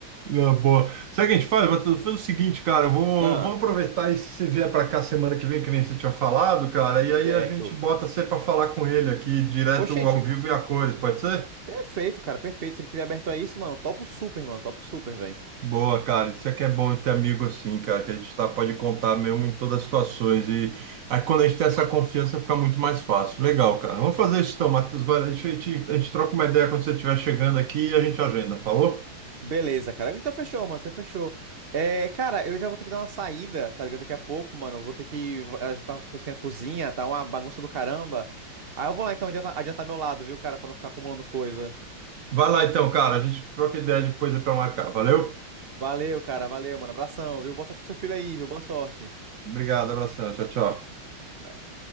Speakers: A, on the right; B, on the right.
A: Não, boa. Sabe o que a gente faz, Matheus? Faz o seguinte, cara, eu vou,
B: Ah,
A: vamos aproveitar e se você vier para cá semana que vem, que nem você tinha falado, cara, e aí
B: certo.
A: a gente bota você para falar com ele aqui, direto
B: Oxente,
A: ao vivo e a cores, pode ser?
B: Perfeito, cara, perfeito. Se ele tiver aberto a isso, mano, topo super, mano, topo super, velho.
A: Boa, cara. Isso é que é bom ter amigo assim, cara, que a gente tá, pode contar mesmo em todas as situações. E aí, quando a gente tem essa confiança, fica muito mais fácil. Legal, cara. Vamos fazer isso então, Matheus. Vai, a gente, a gente troca uma ideia quando você estiver chegando aqui e a gente agenda, falou?
B: Beleza, cara. Então fechou, mano, então fechou. É, cara, eu já vou ter que dar uma saída, tá ligado? Daqui a pouco, mano, eu vou ter que ajeitar umas coisas aqui na cozinha, tá uma bagunça do caramba. Aí eu vou lá então adiantar, adiantar meu lado, viu, cara, pra não ficar acumulando coisa.
A: Vai lá então, cara. A gente troca ideia depois para marcar. Valeu?
B: Valeu, cara, valeu, mano. Abração, viu? Boa sorte pro seu filho aí, viu? Boa sorte.
A: Obrigado, abração. Tchau, tchau.
B: Tchau.